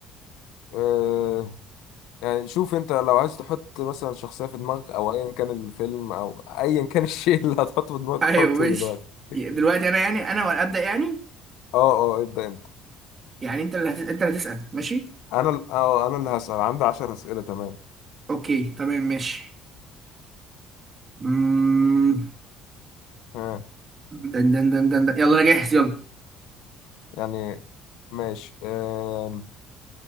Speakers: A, on the left (about 80°); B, on the right (about 25°).
A: آه يعني شوف انت لو عايز تحط مثلا شخصية في دماغك او ايا كان الفيلم او ايا كان <laughs> الشيء اللي هتحطه في دماغك
B: ايوه
A: حطه
B: ماشي
A: دلوقتي
B: دلوقتي انا يعني انا ولا ابدأ يعني
A: اه اه ابدأ انت
B: يعني انت اللي هت... انت اللي هتسأل ماشي
A: انا ال- اه آه، انا اللي هسأل عندي عشر اسئلة تمام
B: اوكي تمام ماشي مم...
A: ها
B: دن دن دن دن دن. يلا انا جاهز يلا
A: يعني ماشي آه